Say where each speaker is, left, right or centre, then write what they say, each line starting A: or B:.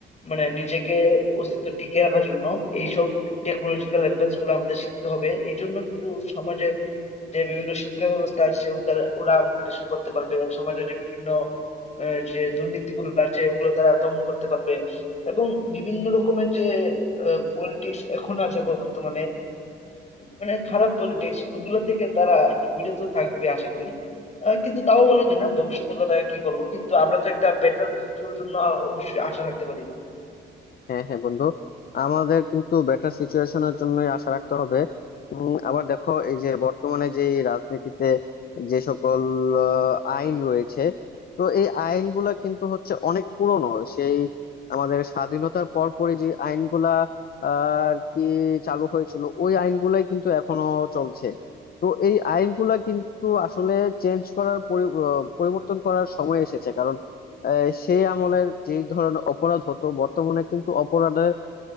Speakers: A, on the left; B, on the left.
A: মানে নিজেকে অস্তিত্ব টিকিয়ে রাখার জন্য এইসব টেকনোলজিক্যাল অ্যাডভান্স গুলো আমাদের শিখতে হবে এই জন্য কিন্তু সমাজের যে বিভিন্ন শিক্ষা ব্যবস্থা আছে ও তারা ওরা আপগ্রেডেশন করতে পারবে সমাজের যে বিভিন্ন আহ, যে দুর্নীতিগুলো আছে ওগুলো তারা দমন করতে পারবে এবং বিভিন্ন রকমের যে পলিটিক্স এখন আছে বর্তমানে মানে খারাপ পলিটিক্স ওগুলা থেকে তারা একটু বিরত থাকবে আশা করি আহ, কিন্তু তাও বলা যায় না ভবিষ্যতের কথা কি বলবো কিন্তু আমরা তো একটা বেটার কিছুর জন্য অবশ্যই আশা রাখতে পারি
B: হ্যাঁ হ্যাঁ বন্ধু আমাদের কিন্তু বেটার সিচুয়েশনের জন্যই আশা রাখতে হবে উম, আবার দেখো এই যে বর্তমানে যে রাজনীতিতে যে সকল আহ, আইন রয়েছে তো এই আইনগুলা কিন্তু হচ্ছে অনেক পুরনো সেই আমাদের স্বাধীনতার পরপরই যে আইনগুলা আহ, আর কি চালু হয়েছিল ওই আইনগুলাই কিন্তু এখনো চলছে তো এই আইনগুলা কিন্তু আসলে চেঞ্জ করার পরি- আহ, পরিবর্তন করার সময় এসেছে আহ, সেই আমলের যে ধরনের অপরাধ হতো বর্তমানে কিন্তু অপরাধের